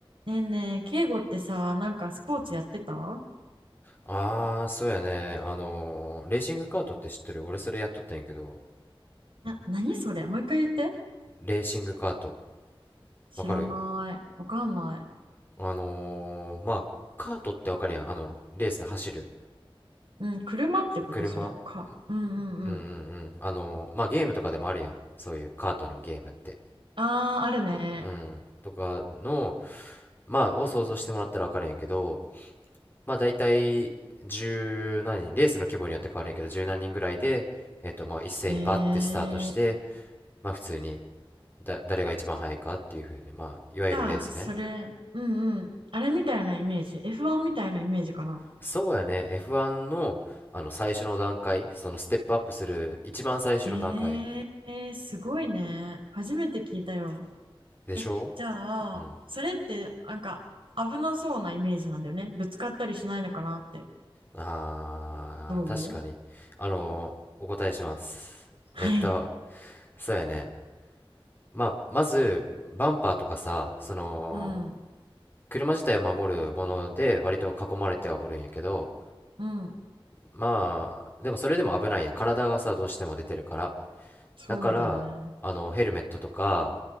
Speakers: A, on the right (about 65°); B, on the left (about 20°).
A: ねえねえ、敬語ってさ、なんかスポーツやってたな、
B: ああ、そうやね。あのーレーシングカートって知ってる俺それやっとったんやけど、
A: 何それもう一回言って。
B: レーシングカート、
A: 知らない。
B: わかる
A: わかんない。
B: あのーまあ、カートってわかるやん。あの、レースで走る
A: うん、車ってことそれか。
B: 車。
A: うんうんうん。
B: うんうんうん。あのーまあ、ゲームとかでもあるやん。そういうカートのゲームって。
A: ああ、あるね。
B: うん。とかの、まあ、を想像してもらったらわかるんやけど、まあ、大体、十何人、レースの規模によって変わるんやけど、十何人ぐらいで、えっと、まあ、一斉にバッてスタートして、
A: えー、
B: まあ、普通にだ、誰が一番速いかっていうふうに、まあ、いわゆるレースね。
A: じゃあ、それ、うんうん。あれみたいなイメージ。F1 みたいなイメージかな。
B: そうやね、F1 の、あの、最初の段階、そのステップアップする一番最初の段階
A: へえ、すごいね。初めて聞いたよ。
B: でしょ
A: え、じゃ
B: うん。
A: あ、それってなんか危なそうなイメージなんだよね。ぶつかったりしないのかなって。
B: あー、
A: どう
B: 確かに。あのーお答えします。
A: はい。
B: えっと、そうやね。まあ、まず、バンパーとかさ、その、
A: うん。
B: 車自体を守るもので割と囲まれてはおるんやけど、
A: うん。
B: まあ、でもそれでも危ないやん。体がさ、どうしても出てるから。
A: そうだよね。
B: だから、あの、ヘルメットとか、